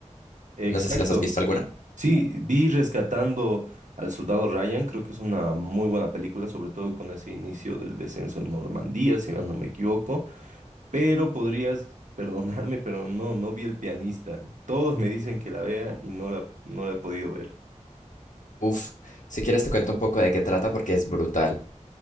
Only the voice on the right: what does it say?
Exacto.
Sí, vi Rescatando al Soldado Ryan, creo que es una muy buena película, sobre todo con ese inicio del descenso en Normandía, si más no me equivoco. Pero podrías perdonarme, pero no, no vi el pianista. Todos me dicen que la vea y no la, no la he podido ver.